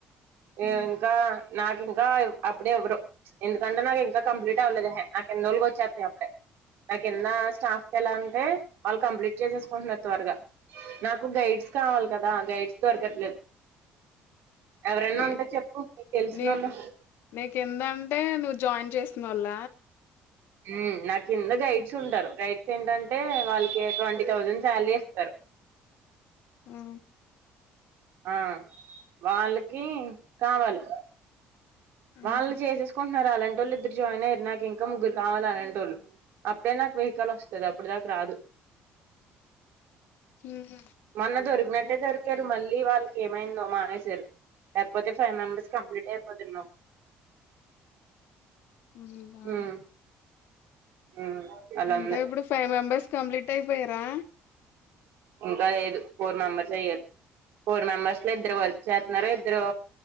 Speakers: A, on the right; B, on the left.
A: ఈమ్
B: ఉమ్
A: ఇంకా నాకు ఇంకా అప్పుడే ఎవ్వరు ఎందుకంటే నాకు ఇంకా కంప్లీట్ అవ్వలేదు ఎహె నాకు కిందోల్ కీ వచ్చేతై అప్పుడే నాకు ఎంత స్టాఫ్ కెలా అంటే వాళ్ళు కంప్లీట్ చేసేసుకుంటున్నారు త్వరగా నాకు గైడ్స్ కావాలి కదా గైడ్స్ దొరకట్లేదు ఎవరైనా
B: ని
A: ఉంటే చెప్పు నీకు తెలిసినోళ్ళు
B: ని నీ కిందటే నువ్ జాయిన్ చేసినోళ్ల
A: హుమ్ నా కింద గైడ్స్ ఉంటారు గైడ్స్ ఏంటంటే వాళ్ళకి ట్వంటీ థౌజండ్ సాలరీ ఇస్తరు
B: ఆ
A: ఆ వాళ్ళకి కావాలి వాళ్ళు
B: ఉహు
A: చేసేసుకొని మరి అలంటోళ్ళు ఇద్దరు జాయిన్ అయ్యారు నాకు ఇంకా ముగ్గురు కావాలి అలంటోళ్ళు అప్పుడే నాకు వెహికల్ వస్తది అప్పుడు దాక రాదు
B: ఉహు
A: మొన్న దొరికినాడు దొరికారు మళ్ళీ వాళ్ళకి ఏమైందో మానేశారు లేకపోతే ఫైవ్ మెంబర్స్ కంప్లీట్ అయిపోతునావ్
B: ఉందా
A: ఉమ్ ఉమ్ అలా
B: అంటే
A: ఉంది
B: ఇప్పుడు ఫైవ్ మెంబెర్స్ కంప్లీట్ అయిపోయ రా
A: ఇంకా లేదు ఫోర్ మెంబర్సే అయ్యారు ఫోర్ మెంబర్స్ లో ఇద్దరు వర్కు చేతున్నారు ఇద్ ఇద్దరూ